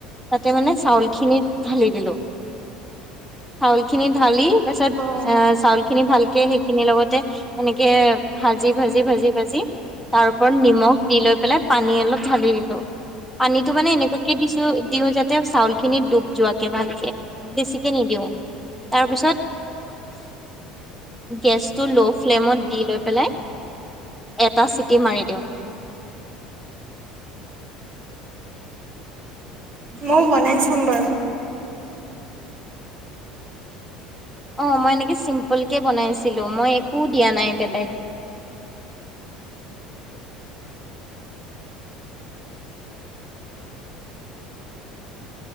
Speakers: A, in the centre; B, on the right (about 45°).
A: তাতে মানে চাউল খিনি ঢালি দিলোঁ। চাউল খিনি ঢালি তাৰপাছত
B: অ
A: এ চাউল খিনি ভাল সেই সেইখিনিৰ লগতে এনেকে কে ভাজি, ভাজি, ভাজি, ভাজি তাৰ ওপৰত নিমখ দি লৈ পেলাই পানী অলপ ঢালি দিলোঁ। পানীটো মানে এনেকুৱাকে দিছোঁ, দিওঁ যাতে তে চাউল খিনি ডুব যোৱাকে ভালকে, বেছিকে নিদিওঁ। তাৰপিছত গেছটো ল' ফ্লেমত দি লৈ পেলাই এটা চিটি মাৰি দিওঁ।
B: মই বনাই চাম বাৰু
A: অ মই এনেকে চিম্পুল কে বনাইছিলোঁ। মই একো দিয়া নাই বেলেগ।